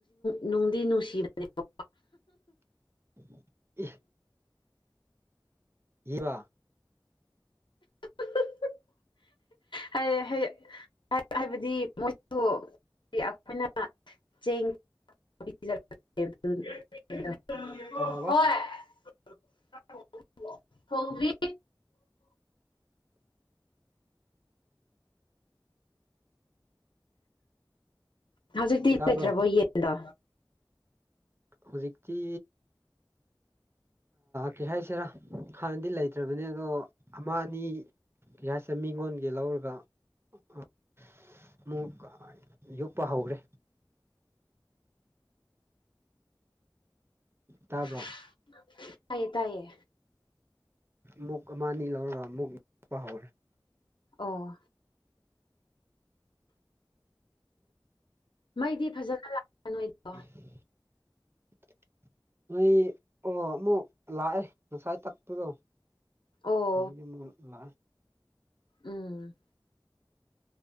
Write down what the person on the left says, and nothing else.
ꯅꯨꯡꯗꯤ ꯅꯨꯡꯁꯤꯕꯅꯦꯕꯀꯣ
<unintelligible> ꯍꯥꯏꯌꯦ ꯍꯥꯏꯌꯦ <unintelligible> ꯍꯥꯏꯕꯗꯤ ꯃꯣꯏꯁꯨ ꯑꯩꯈꯣꯏꯅ ꯆꯦꯡ <unintelligible>
ꯍꯣꯏ <unintelligible> ꯊꯣꯡꯗ꯭ꯔꯤ ꯍꯧꯖꯤꯛꯇꯤ
ꯂꯩꯇ꯭ꯔꯕꯣ ꯌꯦꯟꯗꯣ
<unintelligible> ꯇꯥꯏꯌꯦ ꯇꯥꯏꯌꯦ
ꯑꯣ ꯃꯩꯗꯤ ꯐꯖꯅ ꯂꯥꯛꯄ ꯅꯣꯏꯗꯣ
ꯑꯣ
ꯎꯝ